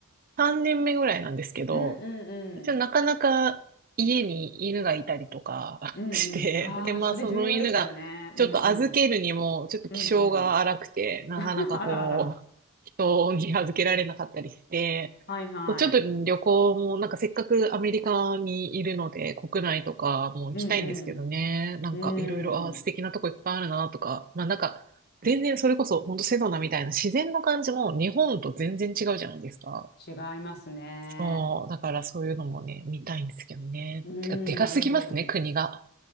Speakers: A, on the right; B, on the left.
A: 3年目ぐらいなんですけど、
B: うんうんうん。
A: 一応なかなか家に犬がいたりとか
B: うんうん。
A: <laughs> して、
B: ああ、
A: で、まあその犬がちょっと預けるにもちょっと気性が荒くて、
B: それ重要ですよね。うんうん。うんうん。
A: なかなかこう、
B: <laughs> あらあら。
A: 人に預けられなかったりして、
B: はいはい。
A: そうちょっと旅行も、なんかせっかくアメリカにいるので、国内とかも行きたいんですけどね。
B: うん
A: なんかいろいろ、
B: うん。
A: あー、素敵なとこいっぱいあるなとか、
B: うん。
A: まあなんか、全然それこそ、ほんとセドナみたいな自然の感じも日本と全然違うじゃないですか。
B: 違いますね。
A: そう、だからそういうのもね、見たいんですけどね。
B: うん、
A: てか、でかすぎますね、
B: なるほど。
A: 国が。